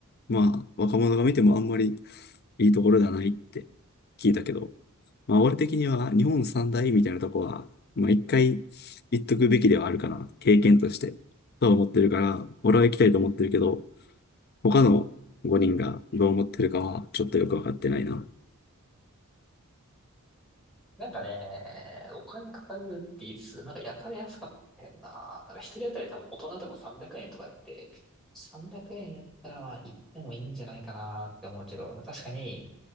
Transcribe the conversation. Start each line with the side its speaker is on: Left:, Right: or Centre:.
Left: まあ、若者が見てもあんまりいいところじゃないって聞いたけど、まあ、俺的には日本三大みたいなとこは、まあ、一回行っとくべきではあるかな、経験として、とは思ってるから、俺は行きたいと思ってるけど、他の5人がどう思ってるかはちょっとよくわかってないな。
Centre: なんかね、お金かかるって言いつつ、なんかやたら安かったんな。なんか一人当たり多分大人でも300円とかやって、300円やったらまあ行ってもいいんじゃないかなって思うけど、確かに、